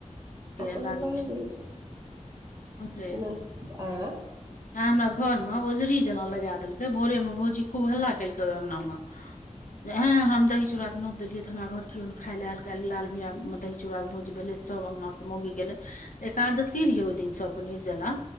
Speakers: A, on the left; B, on the right.
A: के
B: आपन
A: लागे
B: हम पहिर
A: छै
B: लै छी
A: <unintelligible>
B: नहि आँय
A: आ हमरा घर मऽ औझरी जेना लगाय देलकै भोरे मऽ भौजी खूब हल्ला केलकै ओय अंगना मऽ एय हम दही चूड़ा नोत देलियै तऽ हमरा घर केओ खाइ लए आएल काल्हि लाल भैयामे दही चूड़ाके भोज भेलै तऽ सभ अंगना सँ मौगी गेलै एकादशी रहिये ओहि दिन सब कऽ निर्जला